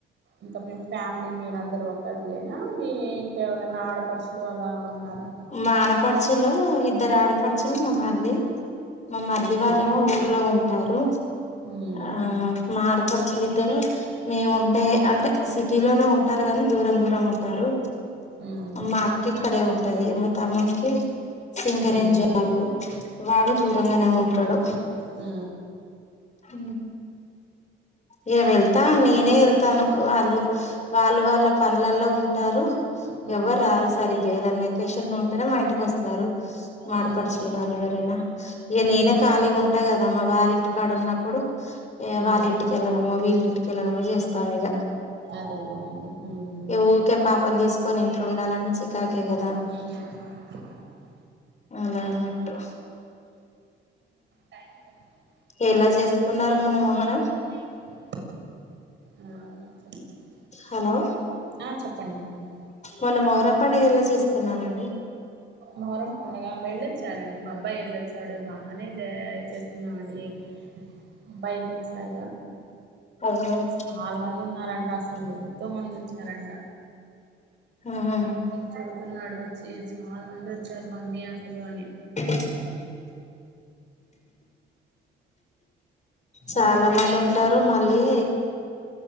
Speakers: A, on the right (about 65°); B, on the left (about 35°).
A: ఇంకా మీ ఫ్యామిలీ మీర అందరుూ ఒకక్కరు లేనా మీ మీకెవరైనా ఆడపడుచులు అలా ఉన్నారా
B: మా ఆడపరచులు ఇద్దరు ఆడపడుచులు మా మరిది మా మరది
A: ఉమ్
B: వాళ్ళేమో ఊర్లో ఉంటారు
A: ఉమ్
B: ఆ మా పర్చలద్దారు మేము ఉండే అంటే సిటీలోనే ఉంటారు కానీ దూరం దూరం ఉంటారు
A: ఉమ్
B: అమ్మా అక్క ఇకడ ఉంట ది మ అమున్కి సింగర్
A: ఉమ్
B: జాబ్ అవబ వాడు దూరంగానే ఉంటాడు
A: ఉ
B: ఉ ఇ వెళ్తా నేనే వెళ్తాను వాళ్ళు వాళ్ళు వాళ్ళ పనులల్లో ఉంటారు
A: ఆ
B: ఎవరు రారు సరి ఇ ఏదనా వెకేషన్ ఉంటేనే మా ఇంటికి వస్తారు మ
A: ఆ
B: పడసల్గానీవరేనా ఏ ననే
A: ఉమ్
B: ఖాలిగా ఉంటు అదే కదమ్మ వారంటీ కార్డు ఉన్నప్పుడు
A: ఉమ్
B: వాలెంటీ కెళ్లడమో వీళ్ళ ఇంటికెళ్లడమో చేస్తాము ఇక
A: అదే అదేనండి మ్
B: ఏ ఊకే పాపం తీసుకొని ఇంట్లో ఉండాలంట చికాకే కదా
A: అవు <unintelligible>
B: అలా అన్నట్టుఉ
A: టైమ్ బ <unintelligible>
B: ఎలా జెసుకున్నారు మొన్న మొహరం
A: హిం అ చె <unintelligible>
B: హలో
A: ఆ చెప్పండి చెప్పండి
B: మొన్న మొహరం పండుగ ఎలా చేసుకున్నారండి
A: మోరం పండగ వెళ్ళొచ్చారండి మా అబ్బాయి వెళ్ళొచ్చాడు బాగానే చేసుకున్నమండి అబ్బాయి ఎల్లేఓచడ
B: అవునవును
A: చాలా మంది ఉన్నారంట అసలు ఎంతో మంది ఓచ్చారంట
B: ఆహ
A: చదువుతున్నాడు వచ్చి చాలా మంది వచ్చారు మమ్మీ అసలు అని
B: డన్ చాలా
A: అసలు
B: మంది ఉంటారు మళ్ళీ